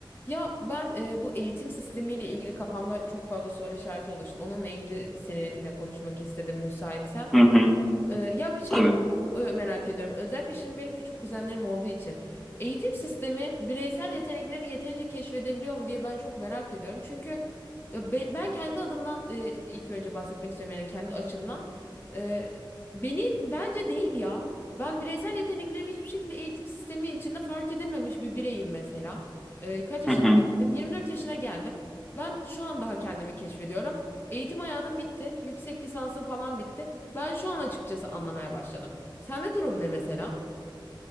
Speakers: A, on the left (about 25°); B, in the centre.
A: Ya ben e, bu eğitim sistemiyle ilgili kafamda çok fazla soru işareti oluştu. Onunla ilgili seninle konuşmak istedim müsaitsen.
B: Hı hı,
A: Ee, ya bir şeyi
B: tabii.
A: çok e, merak ediyorum. Özellikle şimdi benim küçük kuzenlerim olduğu için. Eğitim sistemi bireysel yetenekleri yeterince keşfedebiliyor mu diye ben çok merak ediyorum. Çünkü ya be- ben kendi adımdan e, ilk önce bahsetmek istiyorum yani kendi açımdan. Ee, beni bence değil ya. Ben bireysel yeteneklerimi hiçbir şekilde eğitim sistemi içinde fark edememiş bir bireyim mesela. Ee, kaç yaşına
B: Hı hı.
A: geldim? 24 yaşına geldim. Ben şu an daha kendimi keşfediyorum. Eğitim hayatım bitti. Yüksek lisansım falan bitti. Ben şu an açıkçası anlamaya başladım. Sende durum ne mesela?